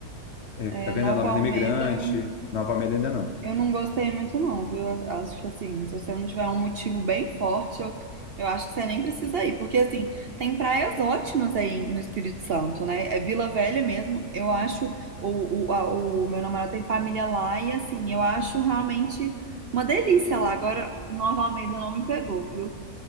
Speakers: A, on the left; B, on the right.
A: é,
B: É,
A: a Venda
B: Nova
A: Nova
B: Almeida.
A: do Imigrante,
B: é um
A: Nova Almeida ainda não.
B: Eu não gostei muito, não, viu? Eu Acho que assim, se você não tiver um motivo bem forte, eu, eu acho que você nem precisa ir. Porque, assim, tem praias ótimas aí no Espírito Santo, né? É Vila Velha mesmo. Eu acho. O, o, a- o meu namorado tem família lá e, assim, eu acho realmente uma delícia lá. Agora, Nova Almeida não me pegou, viu?